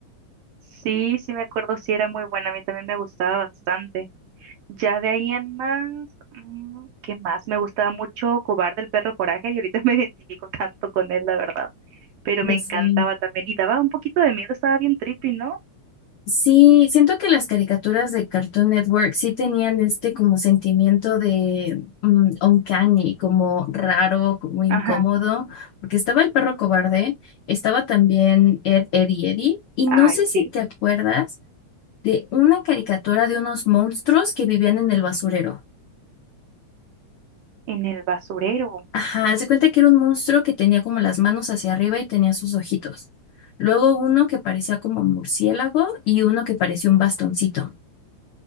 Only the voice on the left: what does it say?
Ya
sé.
Sí, siento que las caricaturas de Cartoon Network sí tenían este como sentimiento de mm, uncanny, como raro, como incómodo,
porque estaba el perro cobarde, estaba también Ed, Ed y Eddie, y no
sé si
te acuerdas de una caricatura de unos monstruos que vivían en el basurero.
Ajá, haz de cuenta que era un monstruo que tenía como las manos hacia arriba y tenía sus ojitos. Luego uno que parecía como murciélago y uno que parecía un bastoncito,